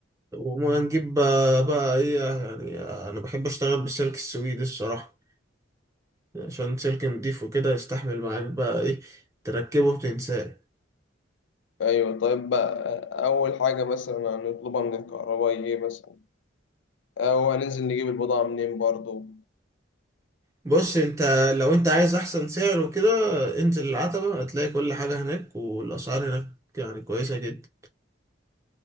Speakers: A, on the right; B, on the left.
A: وهنجيب بقى, بقى ايه يعني انا بحب اشتغل بالسلك السويدي الصراحة عشان سلك نضيف وكده يستحمل معاك بقى ايه تركبه وتنساه
B: أيوة طيب بقى أول حاجة مثلا هنطلبها من الكهربائي إيه مثلا أو هننزل نجيب البضاعة منين برضو
A: بص انت لو انت عايز احسن سعر وكده انزل العتبة هتلاقي كل حاجة هناك والاسعار هناك يعني كويسة جدا